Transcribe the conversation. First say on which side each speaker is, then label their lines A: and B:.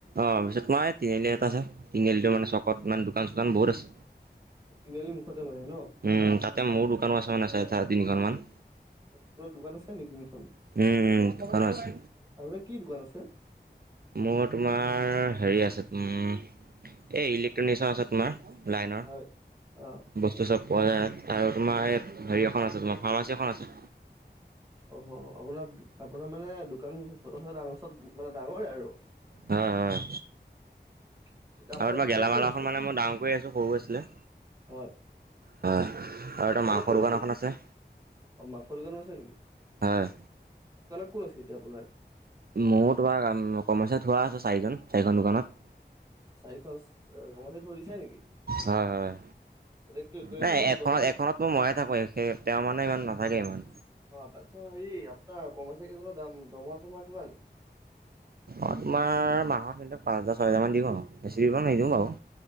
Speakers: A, on the right; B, on the right.
A: অ পিছে তোমাৰ তিনিআলি এটা আছে, তিনিআলিটোৰ মানে চকত মানে দোকান-চোকান বহুত আছে।
B: তিনিআলি মুখতে মানে ন
A: উম তাতে মোৰ দোকানো আছে মানে চাই তা তিনিখন মান।
B: আপোনাৰ দোকান আছে নি তিনিখন?
A: উম, উম, দোকানো
B: আপোনাৰ
A: আছে।
B: কি দোকান আছে?
A: মোৰ তোমাৰ হেৰি আছে উম এ ইলেক্ট্ৰনিকচৰ আছে তোমাৰ লাইনৰ।
B: হয় অ
A: বস্তু চব পোৱা যায় আৰু তোমাৰ এই হেৰি এখন আছে তোমাৰ ফাৰ্মাচী এখন আছে।
B: অ' আপোনাৰ-আপোনাৰ মানে দোকান <unintelligible> ডাঙৰ চব মানে ডাঙৰে আৰু।
A: হয়, হয়,
B: <inaudible>
A: আৰু তোমাৰ
B: দোকানত
A: গেলামালৰ
B: কোন আছে
A: খন মানে মই ডাঙৰ কৰি আছো, সৰু আছিলে।
B: হয়।
A: হয় আৰু
B: দোকানত
A: এটা মাংসৰ
B: কোন
A: দোকান এখন আছে।
B: অ' মাংস দোকানো আছে নেকি?
A: হয়।
B: ক'ত আছে এতিয়া আপোনাৰ?
A: মোৰ তোমাৰ কমাৰ্চএ থোৱা আছে চাৰিজন, চাৰিখন দোকানত।
B: চাৰিখন <unintelligible> থৈ দিছা নেকি?
A: হয় হয়।
B: এতিয়া
A: নাই,
B: কৰ্মচাৰী
A: এখনত-এখনত
B: দৰমহা
A: ম-ময়ে থাকো সেই তেওঁ মানে ইমান নাথাকে ইমান।
B: অ', আচ্ছা হেৰি, আপোনাৰ কৰ্মচাৰী কেইজনৰ দাম-দৰমহা-চৰমহা কিমান?
A: অ' তোমাৰ মাহত সিহঁতক পাঁচ হাজাৰ-ছয় হাজাৰ মান দিওঁ আৰু বেছি দিব নিদিওঁ বাৰু।